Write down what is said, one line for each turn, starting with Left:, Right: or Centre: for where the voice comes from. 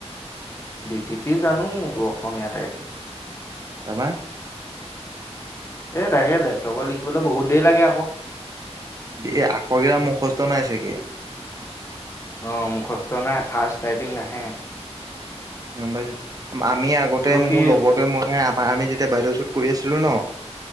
Left: ডি টি পি জানো ত অসমীয়া টাইপিং।
Right: তাবা
Left: এই তাকে লেপটপত লিখিবলৈ বহুত দেৰি লাগে আকৌ।
Right: এই আখৰ কেইটা মুখস্থ নাই চাগে।
Left: অ' মুখস্থ নাই ফাষ্ট টাইপিং নাহে।
Right: গ'ম পাইছো আমি আগতে
Left: তোৰ
Right: মোৰ
Left: কি
Right: লগৰতে মই আম আমি যেতিয়া ব্ৰাইডেল শ্বুট কৰি আছিলো ন